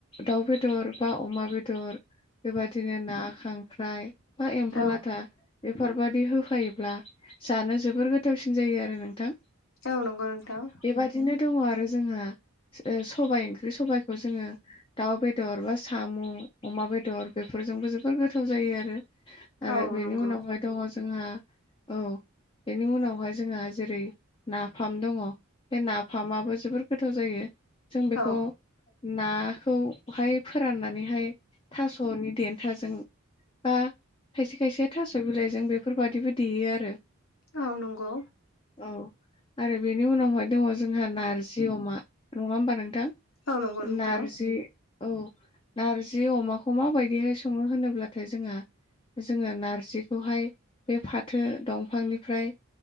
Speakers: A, on the left; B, on the left.
A: दाउ बेदर बा अमा बेदर बेबदिनो ना खांख्राइ बा एम्फौ
B: औ
A: लाथा बेफोरबायादि होफायोब्ला जानो जोबोर गोथावसिन जायो आरो नोंथां।
B: औ नंगौ नोंथां।
A: बेबदिनो दङ आरो जोंहा ओ सबाय ओंख्रि सबाइखौ जोङो दाउ बेदर बा साम' अमा बेदर बेफोरजोंबो जोबोर गोथाव जायो आरो। आरो
B: औ
A: बेनि
B: नंगौ
A: उनावहाय दङ जोंहा औ बेनि उनावहाय जोंहा जेरै नाफाम दङ बे नाफामाबो जोबोर गोथाव जायो। जों बेखौ
B: औ
A: नाखौहाय फोराननानैहाय थास'नि देन थाजों बा खायसे खायसे थास' बिलाइजों बेफोरबादिबो देयो आरो
B: औ नंगौ।
A: औ आरो बेनि उनावहाय दङ जोंहा नारजि अमा नङा होमबा नोंथां?
B: औ नंगौ नोंथां
A: नारजि औ नारजि अमाखौ माबायदिहाय सङो होनोब्लाथाय जोंहा जोङो नारजिखौहाय बे फाथो दंफांनिफ्राय